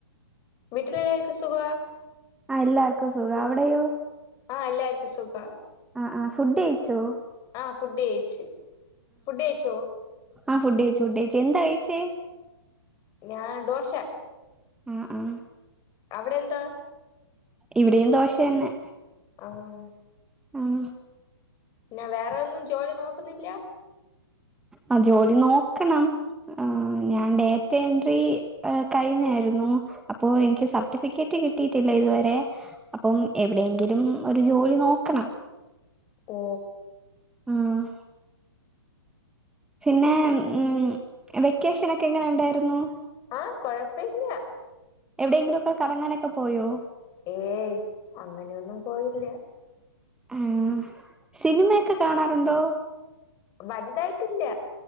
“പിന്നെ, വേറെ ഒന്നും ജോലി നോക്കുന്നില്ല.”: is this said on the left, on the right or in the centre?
Left